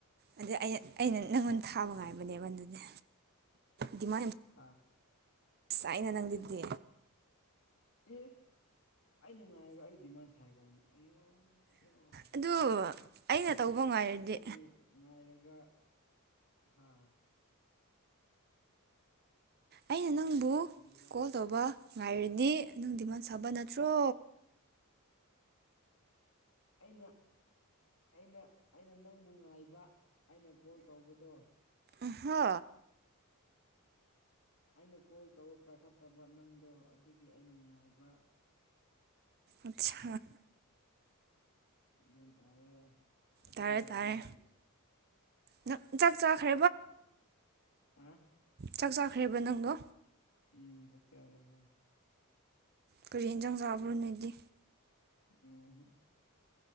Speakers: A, on the right; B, on the left.
A: ꯑꯗꯩ ꯑꯩ ꯑꯩꯅ ꯅꯪꯉꯣꯟꯗ ꯊꯥꯕ
B: ꯑꯗꯣ
A: ꯉꯥꯏꯕꯅꯦꯕ ꯑꯗꯨꯗꯤ ꯗꯤꯃꯥꯟ ꯌꯥꯝ
B: ꯍꯥꯥ
A: ꯉꯁꯥꯏꯅ ꯅꯪ ꯗꯨꯗꯤ
B: ꯑꯦ ꯑꯩꯅ ꯉꯥꯏꯔꯒ ꯑꯩ ꯗꯤꯃꯥꯟ ꯁꯥꯏ ꯀꯥꯏꯅ ꯑꯌꯣ ꯈꯦꯑꯣꯏ
A: ꯑꯗꯨ ꯑꯩꯅ ꯇꯧꯕ ꯉꯥꯏꯔꯗꯤ
B: ꯅꯪꯕꯨ ꯉꯥꯏꯔꯒ ꯍꯥꯥ
A: ꯑꯩꯅ ꯅꯪꯕꯨ
B: ꯀꯔꯤꯕ
A: ꯀꯣꯜ ꯇꯧꯕ ꯉꯥꯏꯔꯗꯤ ꯅꯪ ꯗꯤꯃꯥꯟ ꯁꯥꯕ ꯅꯠꯇ꯭ꯔꯣ
B: ꯑꯩꯅ ꯑꯩꯅ ꯑꯩꯅ ꯅꯪꯕꯨ ꯉꯥꯏꯕ ꯑꯩꯅ ꯀꯣꯜ ꯇꯧꯕꯗꯣ
A: ꯎꯝꯍ
B: ꯑꯩꯅ ꯀꯣꯜ ꯇꯧꯕ ꯄꯥꯏꯈꯠꯇꯕ ꯅꯪꯗꯣ ꯑꯗꯨꯒꯤ ꯑꯩꯅ ꯉꯥꯏꯕ
A: ꯑꯠꯁꯥ
B: ꯒ꯭ꯌꯥꯟ ꯇꯥꯏꯔ ꯑꯗꯨꯅꯦꯕ
A: ꯇꯥꯔꯦ ꯇꯥꯔꯦ
B: ꯅꯪꯗꯤ
A: ꯅꯪ ꯆꯥꯛ ꯆꯥꯈ꯭ꯔꯦ
B: ꯍꯥ
A: ꯆꯥꯛ ꯆꯥꯈ꯭ꯔꯦꯕ ꯅꯪꯗꯣ
B: ꯎꯝ ꯆꯥꯛꯆꯥꯔꯦ ꯍꯣꯏ
A: ꯀꯔꯤ ꯏꯟꯖꯥꯡ ꯆꯥꯕ꯭ꯔꯣ ꯅꯣꯏꯗꯤ
B: ꯎꯝꯍꯨꯝ